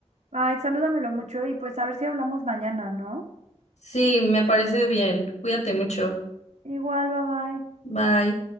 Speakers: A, on the right; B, on the left.
A: Ay, salúdamelo mucho y pues a ver si hablamos mañana, ¿no?
B: Sí, me parece bien. Cuídate mucho.
A: Igual, bye bye.
B: Bye.